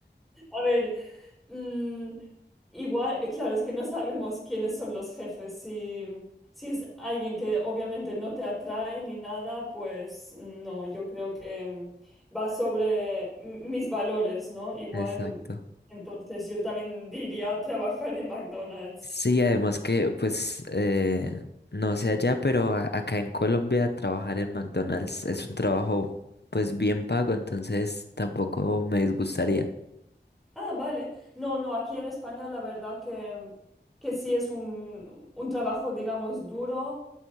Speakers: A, in the centre; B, on the left.
A: A ver, mm, igual, eh, claro, es que no sabemos quiénes son los jefes. Si, si es alguien que obviamente no te atrae ni nada, pues no, yo creo que mm, va sobre mm, mis valores, ¿no? Igual,
B: Exacto.
A: entonces yo también diría <laughs> trabajar en McDonald's.
B: Sí, además que, pues, eh, no sé allá, pero a- acá en Colombia trabajar en McDonald's es un trabajo, pues, bien pago, entonces tampoco me disgustaría.
A: Ah, vale. No, no, aquí en España la verdad que, que sí es un, un trabajo, digamos, duro